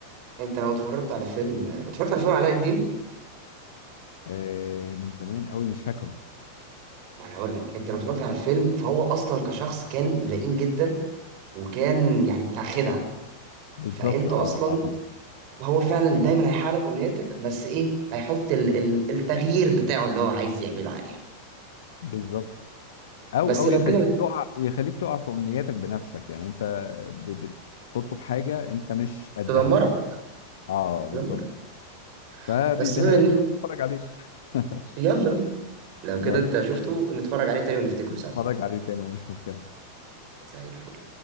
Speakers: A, on the right; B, on the left.
A: انت لو اتفرجت على فيلم اتفرجت على فيلم علاء الدين
B: آه من زمان قوي مش فاكره
A: ما انا هقول لك انت لو اتفرجت على فيلم فهو اصلا كشخص كان لئيم جدا وكان يعني بتاع خدع
B: بالظبط
A: فانت
B: اه
A: اصلا
B: اه
A: هو فعلا دايما هيحقق لك امنياتك بس ايه هيحط ال- ال- التغيير بتاعه اللي هو عايز يعمله عليه
B: بالظبط او
A: بس
B: او
A: لو
B: يخليك
A: كده بتدمرك
B: تقع يخليك تقع في امنياتك بنفسك يعني انت ب- بتطلب حاجه انت مش قدها
A: تدمرك
B: مثلا اه بالظبط
A: تدمرك.
B: فبيديها
A: بس بما
B: لك
A: ان انت
B: ويقعد يتفرج عليك <laughs>
A: يلا بينا لو كده
B: يلا
A: انت شفته نتفرج عليه تاني ونفتكره سوا
B: اتفرج عليه تاني مفيش مشكله
A: زي الفل